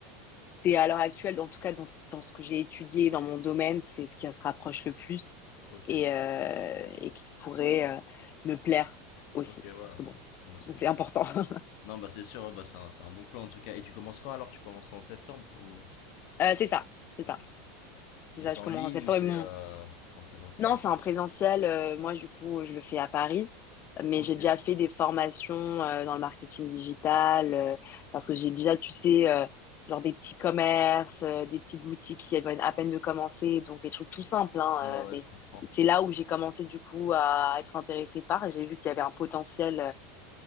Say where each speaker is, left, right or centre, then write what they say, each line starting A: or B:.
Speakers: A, on the left; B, on the left.
A: c'est à l'heure actuelle, en tout cas dans, ce- dans ce que j'ai étudié, dans mon domaine, c'est ce qui se rapproche le plus
B: ok,
A: et, euh, et qui pourrait euh, me plaire aussi,
B: ok, ouais.
A: parce que bon,
B: Bah, c'est-
A: c'est important. <laughs>
B: non, bah c'est sûr, ouais, bah, c'est un, c'est un bon plan en tout cas. Et tu commences quand alors? Tu commences en septembre ou...
A: Euh, c'est ça, c'est
B: Ok.
A: ça. C'est
B: Et
A: ça,
B: c'est
A: je
B: en
A: commence
B: ligne
A: en septembre.
B: ou c'est euh, en présentiel?
A: Non, c'est en présentiel. euh, moi, du coup, je le fais à Paris, mais
B: Ok.
A: j'ai déjà fait des formations euh, dans le marketing digital euh, parce que j'ai déjà, tu sais, euh, genre des petits commerces, euh, des petites boutiques qui viennent à peine de commencer, donc des trucs tout simples, hein,
B: Ouais, ouais,
A: euh, mais
B: je comprends.
A: c- c'est là où j'ai commencé, du coup, à être intéressée par et j'ai vu qu'il y avait un potentiel euh,